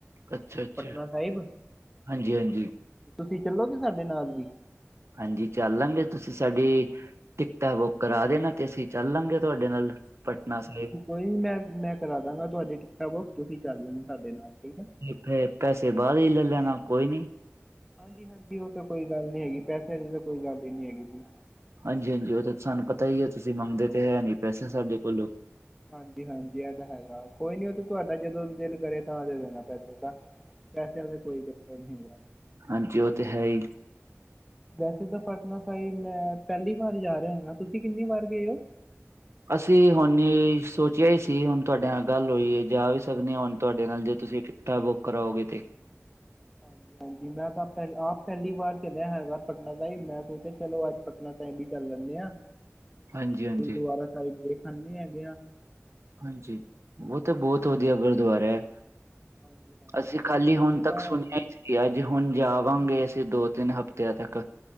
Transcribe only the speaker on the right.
ਅੱਛਾ ਅੱਛਾ
ਹਾਂਜੀ ਹਾਂਜੀ
ਹਾਂਜੀ, ਚੱਲ ਲਾਂਗੇ ਤੁਸੀਂ ਸਾਡੀੇ ਟਿਕਟਾਂ ਬੁੱਕ ਕਰਾ ਦੇਣਾ ਤੇ ਅਸੀਂ ਚੱਲ ਲਾਂਗੇ ਤੁਹਾਡੇ ਨਾਲ ਪਟਨਾ
ਸਾਹਿਬ
ਫਿਰ ਪੈਸੇ ਬਾਦ ਇਚ ਲੈ ਲੈਣਾ ਕੋਈ ਨਹੀਂ।
ਹਾਂਜੀ-ਹਾਂਜੀ, ਉਹ ਤਾਂ ਸਾਨੂੰ ਪਤਾ ਹੀ ਹੈ ਤੁਸੀਂ ਮੰਗਦੇ ਤੇ ਹੈਨੀ ਪੈਸੇ ਸਾਡੇ ਕੋਲੋਂ।
ਹਾਂਜੀ, ਉਹ ਤੇ ਹੈ ਹੀ।
ਅਸੀਂ ਹੁਣ ਸੋਚਿਆ ਹੀ ਸੀ, ਹੁਣ ਤੁਹਾਡੇ ਨਾਲ ਗੱਲ ਹੋਈਏ ਜਾਂ ਵੀ ਸ ਸਕਦੇ ਹਾਂ ਹੁਣ ਤੁਹਾਡੇ ਨਾਲ, ਜੇ ਤੁਸੀਂ ਟਿਕਟਾਂ ਬੁੱਕ ਕਰਾਓਗੇ ਤੇ।
ਹਾਂਜੀ ਹਾਂਜੀ
ਹਾਂਜੀ, ਉਹ ਤਾਂ ਬਹੁਤ ਵਧੀਆ ਗੁਰਦੁਆਰਾ ਹੈ।
ਅਸੀਂ
ਖਾਲੀ
ਹੁਣ
ਤੱਕ ਸੁਣਿਆ ਹੀ ਸੀ। ਕਿ ਅੱਜ ਹੁਣ ਜਾਵਾਂਗੇ ਅਸੀਂ ਦੋ-ਤਿੰਨ ਹਫ਼ਤਿਆਂ ਤੱਕ